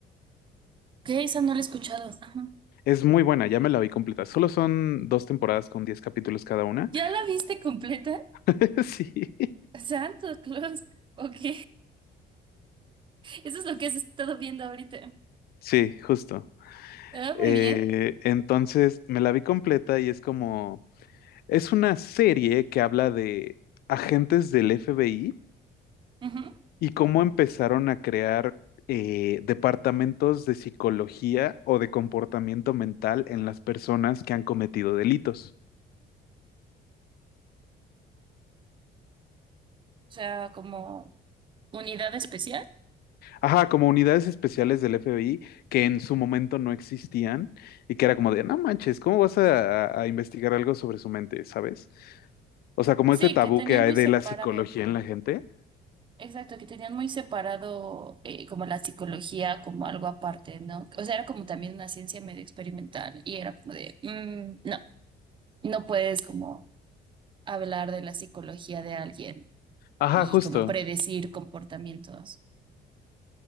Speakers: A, on the right (about 30°); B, on the left (about 60°).
A: ¿Qué? Esa no la he escuchado. Ajá.
B: Es muy buena, ya me la vi completa. Solo son dos temporadas con 10 capítulos cada una.
A: ¿Ya la viste completa?
B: <laughs> Sí,
A: Santo Claus. Ok. <laughs> Eso es lo que has estado viendo ahorita.
B: sí, justo.
A: Ah,
B: Eh,
A: muy bien.
B: entonces, me la vi completa y es como, es una serie que habla de agentes del FBI
A: Ujú. O
B: y cómo empezaron a crear eh, departamentos de psicología o de comportamiento mental en las personas que han cometido delitos.
A: sea, como unidad especial.
B: Ajá, como unidades especiales del FBI que en su momento no existían y que era como de, no manches, ¿cómo vas a, a- a investigar algo sobre su mente, ¿sabes? O sea, como
A: Sí,
B: este tabú
A: que tenían
B: que hay
A: muy
B: de
A: separado.
B: la psicología en la gente.
A: Exacto, que tenían muy separado eh, como la psicología como algo aparte, ¿no? O sea, era como también una ciencia medio experimental y era como de, "Mm, no, no puedes como hablar de la psicología de alguien
B: Ajá,
A: y
B: justo.
A: como predecir comportamientos.